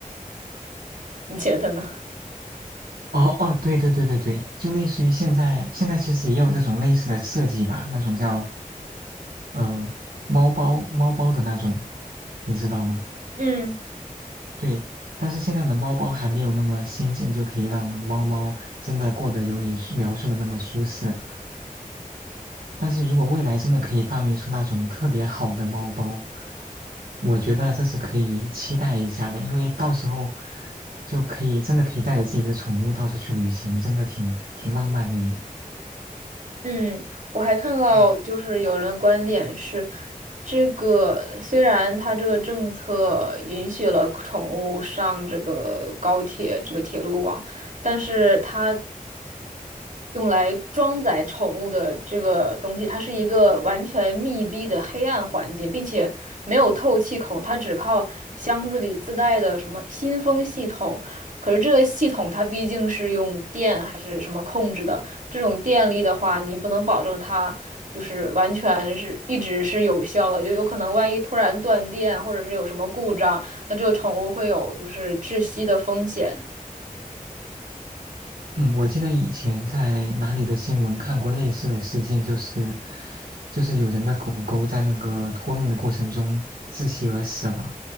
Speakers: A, on the right; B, on the right.
A: 你觉得呢？
B: 哦哦，对对对对对，就类似于现在，现在其实也有这种类似的设计吧，那种叫嗯、呃猫包猫包的那种，你知道吗？
A: 嗯。
B: 对，但是现在的猫包还没有那么先进，就可以让猫猫真的过得有你说描述的那么舒适。但是如果未来真的可以发明出那种特别好的猫包，我觉得这是可以期待一下的，因为到时候就可以真的可以带着自己的宠物到处去旅行，真的挺挺浪漫的耶。
A: 嗯，我还看到就是有人的观点是，
B: 嗯
A: 这个虽然它这个政策允许了宠物上这个高铁这个铁路网，但是它用来装载宠物的这个东西，它是一个完全密闭的黑暗环境，并且没有透气孔，它只靠箱子里自带的什么新风系统。可是这个系统它毕竟是用电还是什么控制的，这种电力的话，你不能保证它就是完全是一直是有效的，就有可能万一突然断电或者是有什么故障，那这个宠物会有就是窒息的风险。
B: 嗯，我记得以前在哪里的新闻看过类似的事件，就是就是有人的狗狗在那个托运的过程中窒息而死了。